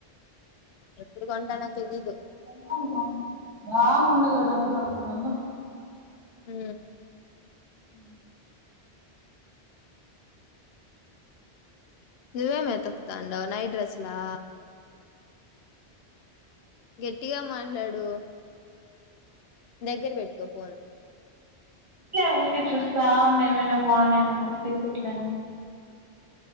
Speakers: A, on the left; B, on the right.
A: ఎప్పుడు కొంటాన తెలీదు
B: అ బాగుండల్ డబ్బులు <unintelligible>
A: హ్
B: అ
A: నువ్వేమ్ ఏతకుతాండవ్ నైట్ డ్రెస్లా గట్టిగా మాట్లాడు నీ దగ్గర పెట్టుకో ఫోన్
B: లే ఇ ఊరికే చూస్తావున్నా ఏవైనా బాగున్నాయి ఏమో కుర్తిస్ అట్లయినా